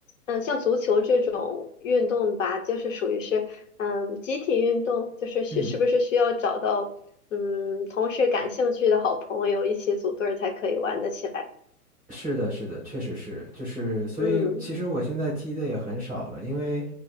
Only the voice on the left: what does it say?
嗯，像足球这种运动吧，就是属于是，嗯，集体运动，就是需是不是需要找到，
嗯，同事感兴趣的好朋友一起组队儿才可以玩得起来。
嗯